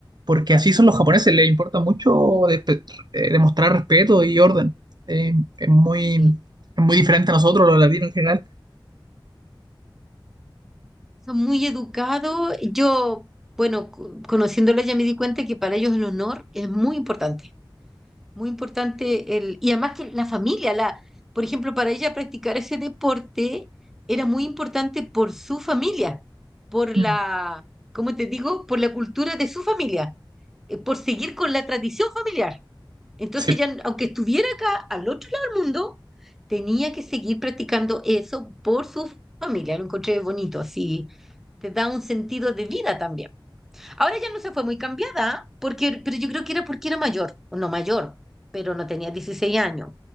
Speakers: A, on the right; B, in the centre.
A: porque así son los japoneses,
B: sí,
A: les importa mucho despe- eh, demostrar respeto y orden. Eh, es muy,
B: sí.
A: es muy diferente a nosotros, los latinos en general.
B: Son muy educados. Yo, bueno, co- conociéndola ya me di cuenta que para ellos el honor es muy importante. Muy importante el, y además que la familia, la, por ejemplo, para ella practicar ese deporte era muy importante por su familia, por la,
A: Mm.
B: ¿cómo te digo? Por la cultura de su familia, eh, por seguir con la tradición familiar. Entonces
A: Sí,
B: ya, aunque estuviera acá al otro lado del mundo, tenía que seguir practicando eso por su familia. Lo encontré bonito, así te da un sentido de vida también. Ahora ya no se fue muy cambiada, porque, pero yo creo que era porque era mayor, o no mayor, pero no tenía 16 años.